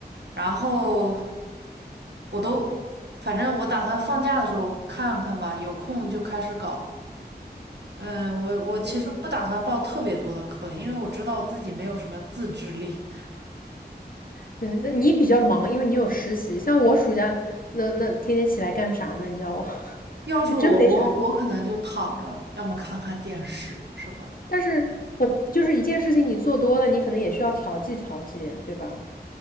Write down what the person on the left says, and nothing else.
嗯，
对，那你比较忙，因为你有实习。像我暑假那那天天起来干啥呢？你叫我，<laughs>
就真没啥。
但是我就是一件事情，你做多了，你可能也需要调剂调剂，对吧？